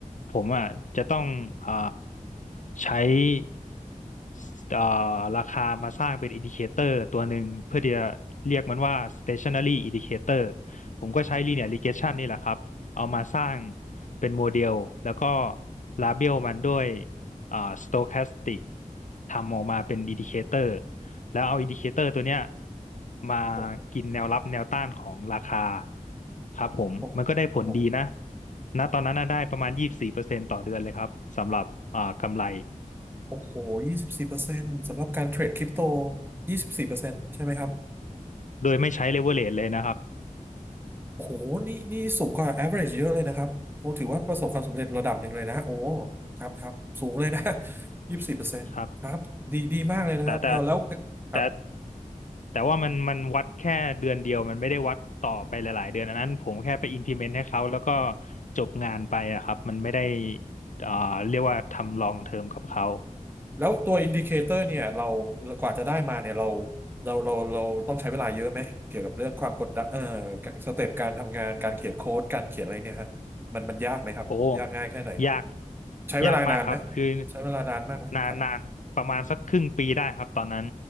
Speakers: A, on the left; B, on the right.
A: ผมอ่ะจะต้องอ่าใช้เอ่อราคามาสร้างเป็น indicator ตัวหนึ่งเพื่อที่จะเรียกมันว่า stationary indicator ผมก็ใช้ linear regression นี่แหละครับเอามาสร้างเป็นโมเดลแล้วก็ label มันด้วย อ่า stochastic ทำออกมาเป็น Indicator แล้วเอา Indicator ตัวเนี้ยมา
B: โ
A: กินแนวรับแนวต้านของราคาครับผมมันก็ได้ผลดีนะ
B: หโอ้โห
A: ณตอนนั้นน่ะได้ประมาณยี่สิบสี่เปอร์เซ็นต์ต่อเดือนเลยครับสำหรับอ่ากำไร
B: โอ้โหยี่สิบสี่เปอร์เซ็นต์สำหรับการเทรดคริปโตยี่สิบสี่เปอร์เซ็นต์ใช่ไหมครับ
A: โดยไม่ใช้เลเวอเร e เลยนะครับ
B: โอ้โหนี่นี่สูงกว่า average เยอะเลยนะครับโอ้ถือว่าประสบความสำเร็จระดับหนึ่งเลยนะโอ้ครับครับสูงเลยนะ <laughs> ยี่สิบสี่เปอร์เซ็นต์ครับดีดีมากเลยนะครับเอาแล้ว
A: ครับแต่แต่
B: ครับ
A: แต่ แต่ว่ามันมันวัดแค่เดือนเดียวมันไม่ได้วัดต่อไปหลายๆเดือนอันนั้นผมแค่ไป implement ให้เขาแล้วก็จบงานไปอะครับมันไม่ได้เอ่อเรียกว่าทำลองเทอมกับเขา
B: แล้วตัวอินดิเคเตอร์เนี่ยเรากว่าจะได้มาเนี่ยเราเราเราเราต้องใช้เวลาเยอะไหมเกี่ยวกับเรื่องความกดดันเอ่อสเต็ปการทำงานการเขียนโค้ดการเขียนอะไรเนี่ยฮะมันมันยากไหมครับยากง่ายแค่ไหน
A: โอ้ยาก
B: ใช้เวลานานไหม
A: ยากมากครับคือ
B: ใช้เวลานานมากไหมครับ
A: นานนานประมาณสักครึ่งปีได้ครับตอนนั้น